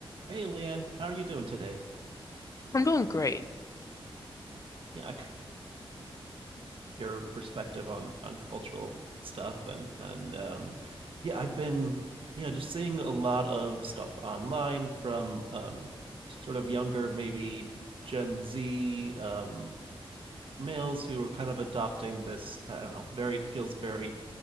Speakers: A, on the right (about 65°); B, on the left (about 35°).
A: Hey, Leanne, how are you doing today?
B: I'm doing great.
A: Yeah, I c- your perspective on on cultural stuff and and um yeah, I've been yeah, just seeing a lot of stuff online from um sort of younger maybe Gen Z um males who are kind of adopting this, I don't know, very feels very